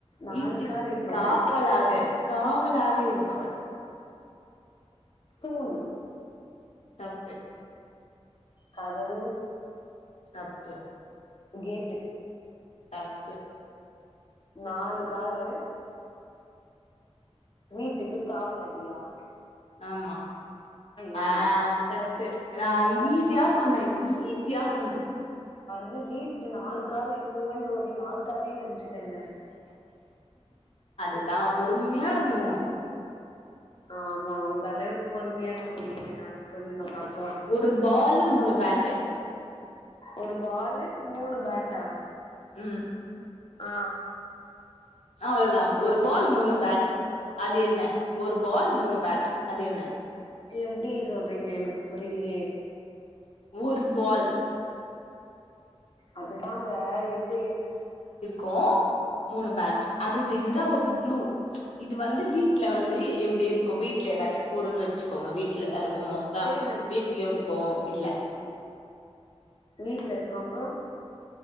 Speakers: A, on the left (about 45°); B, on the left (about 75°).
A: நாலு
B: வீட்டுக்கு
A: கால் இருப்பவன்
B: காவலாக காவ் <unintelligible> லாக இருப்பவன்
A: தூண்
B: தப்பு
A: கதவு
B: தப்பு
A: ஃகேட்டு
B: தப்பு
A: நாலு காலு வீட்டுக்கு காவலஜியா
B: ஆமா
A: நாய்
B: ஆ கத் து எனா
A: அ
B: ஈஜியா சொன்னே ஈசியா சொன்னே
A: து வீட்டு நாலு கால் இருக்கோவோ ஒன்னே நாற்காலின் நென்ச் சிடேங்க
B: அதுதா பொறும்யா இருகுணு
A: ஆமா உங்க அளவுக்கு பொறும்யா இருக்க முடியுமா என்னால சொல்லுங்க பாக்
B: ஒரு பாலு மூணு பேட்டு
A: ஒரு பாலு மூணு பேட்டா
B: உம்
A: அ
B: அவ்ளோதா ஒரு பால் மூணு பேட் அது என்ன ஒரு பால் மூணு பேட் அது என்ன
A: எப்டி சொல்றீங்க எனக்கு புரிலியே
B: ஒரு பால்
A: அதுதாங்க எந்த எத்
B: கோ மூணு பேட் அது இத் இதுதா ஒரு க்ளு ச்ச் இது வந்து வீட்ல வந்து எப்டி இருக்கு வீட்ல எதாச்சு பொருள் வச்சுக்கோங்க வீட்லா தா இருக் கு மோஸ்ட்டா
A: டேபிள்
B: வீட் <unintelligible> கோ இல்ல
A: வீட்ல இருக்கு அப்றோ